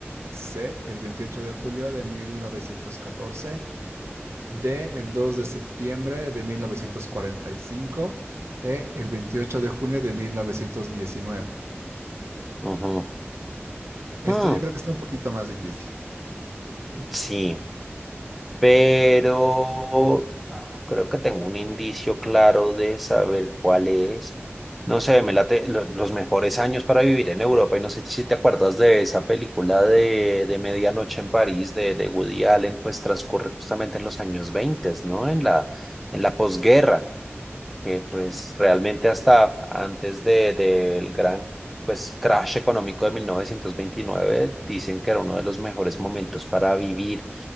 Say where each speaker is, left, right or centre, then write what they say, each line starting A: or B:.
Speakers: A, on the right; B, in the centre.
A: C. El 28 de julio de 1914. D. El 2 de septiembre de 1945. E. El 28 de junio de 1919.
B: ujú,
A: Esto
B: mm,
A: yo creo que está un poquito más difícil.
B: Sí, pero creo que tengo un indicio claro de saber cuál es. No sé, me late lo- los mejores años para vivir en Europa. Y no sé si te acuerdas de esa película de, de Medianoche en París de, de Woody Allen, pues transcurre justamente en los años veinte ¿no? En la, en la posguerra. que pues realmente hasta antes de, del gran pues crash económico de 1929 dicen que era uno de los mejores momentos para vivir.